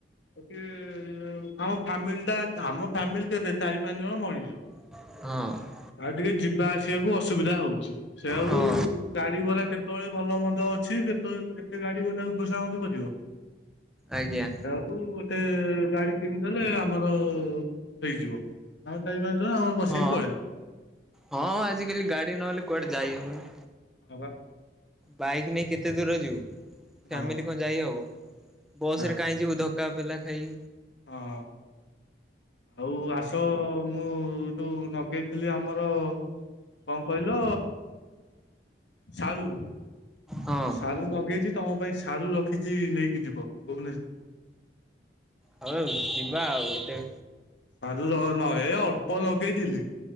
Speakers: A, on the left; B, in the centre.
A: କେ ଆମ ଫ୍ୟାମିଲ ଟା ଆମ ଫାମିଲ କେତେ ଚାରି ପାଞ୍ଚ ଜଣ ମଣିଷ।
B: ହଁ।
A: ଆଉ ଟିକେ ଯିବା ଆସିବାକୁ ଅସୁବିଧା ହଉଛି। ସେ ଆଉ
B: ହଁ
A: ଗାଡି ଗଲା କେତେବେଳେ ଭଲ ମନ୍ଦ ଅଛି କେତେଳେ କେତେ ଗାଡି ବାଲା ଖୋସାମତ କରିବ।
B: ଆଜ୍ଞା।
A: ଆଙ୍କୁ ଗୋଟେ ଗାଡି କିଣିଦଲେ ଆମର ହେଇଯିବ, ଆଉ ଚାରି ପାଞ୍ଚ ଜଣ ଆମର ବସିକି
B: ହଁ
A: ପଳେଇବୁ
B: ହଁ ଆଜିକାଲି ଗାଡି ନହେଲେ କୁଆଡେ ଯାଇ ହଉନି।
A: ହଁବା।
B: ବାଇକ୍ ନେଇ କେତେ ଦୂର ଯିବୁ ଫ୍ୟାମିଲି
A: ହଁ
B: କଣ ଯାଇ ହବ, ବସ
A: ନା
B: ରେ କାହିଁ ଯିବୁ ଧକ୍ କା ପେଲା ଖାଇ।
A: ହଁ। ଆଉ ଆସ ମୁଁ ଯୋଉ ନଗେଇଥିଲି ଆମର କଣ କହିଲ ସାରୁ।
B: ହଁ।
A: ସାରୁ ଲଗେଇଛି ତୁମ ପାଇଁ ସାରୁ ରଖିଛି ନେଇକି ଯିବ ଭୁବନେଶ୍ୱର।
B: ହଉ ଯିବା ଆଉ ଏତେ
A: ସରୁ ଲ ନ ଏ ଅଳ୍ପ ଲଗେଇଥିଲି।